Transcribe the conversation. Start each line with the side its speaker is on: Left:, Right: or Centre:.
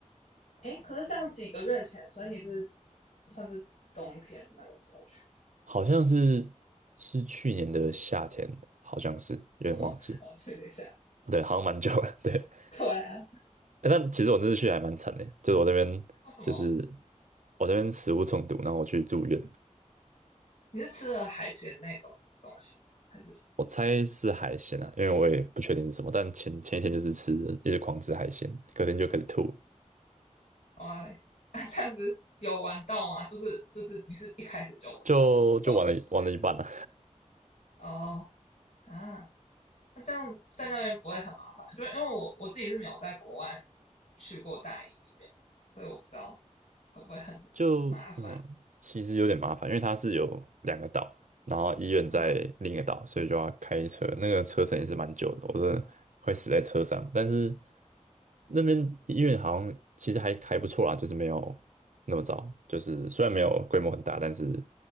Left: 哎，可是这样几个月前，所以你是算是冬天那个时候去，
Right: 好像是是去年的夏天，好像是有点忘记，
Left: 哦，后去年夏天。
Right: 对，好像蛮久了，<laughs> 对。
Left: 对啊，
Right: 欸但其实我那次去还蛮惨的，就是我这边就是
Left: 为什么？
Right: 我这边食物中毒，然后我去住院，
Left: 你是吃了海鲜那种东西吗？还是什
Right: 我猜是海鲜啊，因为我也不确定是什么，但前前一天就是吃，一直狂吃海鲜，隔天就开始吐了
Left: 么？哦嘞，啊，这样子有玩到吗？就是就是，你是一开始就
Right: 就就玩了一玩了一半了、
Left: 中毒还是？哦，啊，那这样在那边不会很麻烦？就因为我我自己是没有在国外去过大医院，所以我不知道会不会很麻烦。
Right: 就嗯，其实有点麻烦，因为它是有两个岛，然后医院在另一个岛，
Left: 嗯，
Right: 所以就要开车，那个车程也是蛮久的，我真的快死在车上。但是那边医院好像其实还还不错啦，就是没有那么糟，就是虽然没有规模很大，但是